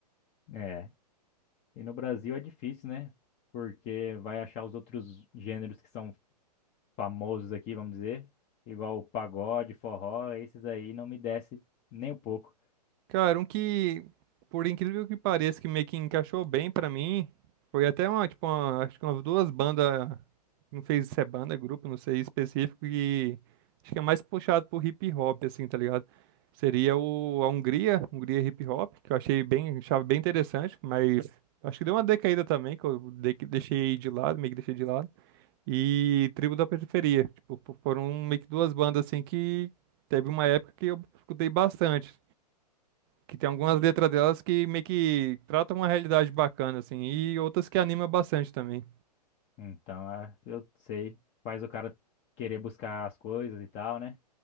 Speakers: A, on the left; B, on the right.
A: é. E no Brasil é difícil, né? Porque vai achar os outros gêneros que são famosos aqui, vamos dizer, igual o pagode, forró, esses aí não me desce nem um pouco.
B: Cara, um que, por incrível que pareça, que meio que encaixou bem pra mim, foi até uma, tipo, uma- acho que umas duas bandas, não fez se é banda, grupo, não sei, específico, e acho que é mais puxado por hip hop, assim, tá ligado? Seria o, a Hungria, Hungria Hip Hop, que eu achei bem, achava bem interessante, mas acho que deu uma decaída também, que eu de- deixei de lado, meio que deixei de lado. E Tribo da Periferia, tipo, fo- foram meio que duas bandas, assim, que teve uma época que eu escutei bastante. Que tem algumas letras delas que meio que tratam uma realidade bacana, assim, e outras que anima bastante também.
A: Então, é, eu sei. Faz o cara querer buscar as coisas e tal, né?